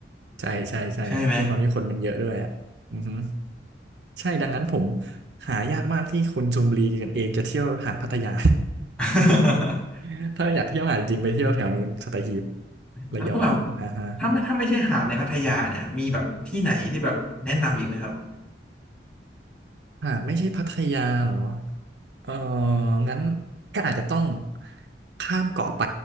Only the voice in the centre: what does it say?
ใช่ไหม
<laughs>
แล้วแบบถ้าไม่ถ้าไม่ใช่หาดในพัทยาเนี่ยมีแบบที่ไหนที่แบบแนะนำอีกไหมครับ